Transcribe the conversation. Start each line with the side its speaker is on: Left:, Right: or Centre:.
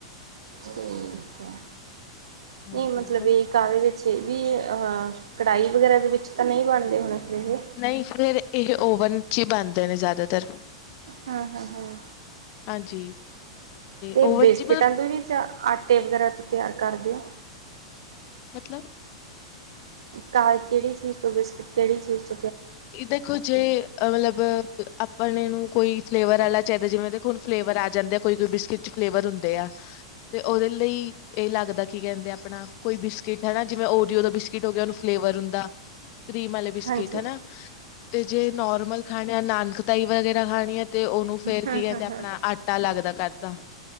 Right: ਦੇਖ ਦੇ ਹੈ।
Left: ਹਾਂਜੀ
Right: ਨਹੀਂ ਮਤਲਬ
Left: ਹੋਰ
Right: ਏ ਕਾਦੇ ਵਿੱਚ ਤੇ ਵੀ ਅਹ ਕੜਾਹੀ ਵਗੈਰਾ ਦੇ ਵਿੱਚ ਤਾਂ ਨੀ ਬਣਦੇ ਹੋਣੇ। ਫਿਰ ਇਹ
Left: ਨਹੀਂ ਫੇਰ ਏਹ ਔਵਨ ਚ ਈ ਬੰਣ ਦੇ ਨੇ ਜਿਆਦਾਤਰ।
Right: ਹਾਂ-ਹਾਂ-ਹਾਂ।
Left: ਹਾਂਜੀ।
Right: ਤੇ
Left: ਓਵਨ
Right: ਬੇਸਕਿਟਾਂ
Left: ਚ ਮਤਲਬ
Right: ਤੋਂ ਵੀ ਚਾ ਆਟੇ ਵਗੈਰਾ ਚ ਤਿਆਰ ਕਰਦੇ ਆ?
Left: ਮਤਲਬ?
Right: ਕਾਹ ਕੇੜੀ ਚੀਜ਼ ਤੋਂ ਬਿਸਕਿਟ ਕੇੜੀ ਚੀਜ਼ ਤ
Left: ਇਹ ਦੇਖੋ ਜੇ ਮਤਲਬ ਅਪ ਪਰਣੇ ਨੂੰ ਕੋਈ ਫਲੇਵਰ ਆਲਾ ਚਾਦੇ ਜਿਵੇ ਦੇਖੋ ਹੁਣ, ਫਲੇਵਰ ਆ ਜਾਂਦੇ ਆ, ਕੋਈ -ਕੋਈ ਬਿਸਕਿਟ 'ਚ ਫਲੇਵਰ ਹੁੰਦੇ ਆ, ਤੇ ਉਹਦੇ ਲਈ ਇਹ ਲੱਗਦਾ ਕੀ ਕਹਿੰਦੇ, ਆਪਣਾ ਕੋਈ ਬਿਸਕਿਟ ਹਨਾ ਜਿਵੇਂ ਓਰੀਓ ਦਾ ਬਿਸਕਿਟ ਹੋ ਗਿਆ, ਓਨੂੰ ਫਲੇਵਰ ਹੁੰਦਾ। ਕ੍ਰੀਮ ਵਾਲੇ, ਬਿਸਕਿਟ
Right: ਹਾਂਜੀ
Left: ਹਨਾ। ਤੇ, ਜੇ ਨੋਰਮਲ ਖਾਣਿਆ ਨਾਲ ਖਟਾਈ ਵਗੈ ਖਾਣੀਆਂ ਤੇ, ਉਹਨੂੰ ਫੇਰ
Right: ਹੂੰ
Left: ਕੀ ਕਹਿੰਦੇ,
Right: ਹੂੰ
Left: ਆਪਣਾ
Right: ਹੂੰ
Left: ਆਟਾ ਲੱਗਦਾ ਕਰਦਾ।